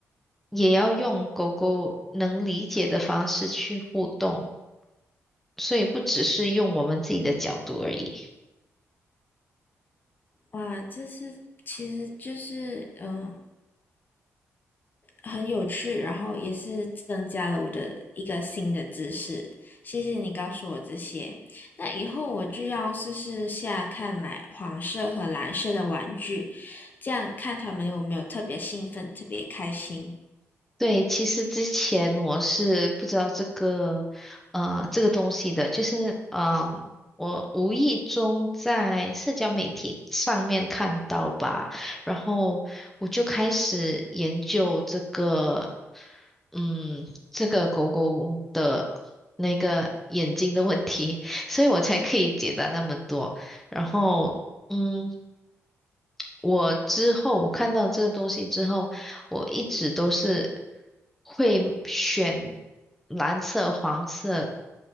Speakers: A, in the centre; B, on the left.
A: 也要用狗狗能理解的方式去互动，所以不只是用我们自己的角度而已。
B: 哇，这是其实就是嗯、呃很有趣，然后也是增加了我的一个新的知识。谢谢你告诉我这些，那以后我就要试试下看买黄色和蓝色的玩具，这样看他们有没有特别兴奋、特别开心。
A: 对，其实之前我是不知道这个，呃，这个东西的，就是，嗯、我无意中在社交媒体上面看到吧，然后我就开始研究这个，嗯，这个狗狗的那个眼睛的问题，<laughs> 所以我才可以解答那么多，然后，嗯。我之后我看到这个东西之后，我一直都是会选蓝色、黄色，